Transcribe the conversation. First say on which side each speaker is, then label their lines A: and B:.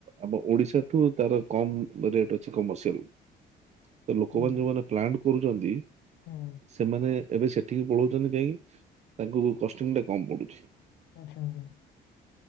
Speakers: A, on the right; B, on the left.
A: ଆମ ଓଡିଶା ଠୁ ତାର କମ ରେଟ୍ ଅଛି କମର୍ସିଆଲ। ତ ଲୋକମାନେ
B: ହୁଁ
A: ଯୋଉମାନେ ପ୍ଲାଣ୍ଟ କରୁଛନ୍ତି
B: ହୁଁ
A: ସେମାନେ ଏବେ ସେଠିକି ପଳାଉଛନ୍ତି କାହିଁକି ତାଙ୍କୁ କଷ୍ଟ୍ୟୁମଟା କମ ପଡ଼ୁଛି।
B: ଆଛା ଆଛା।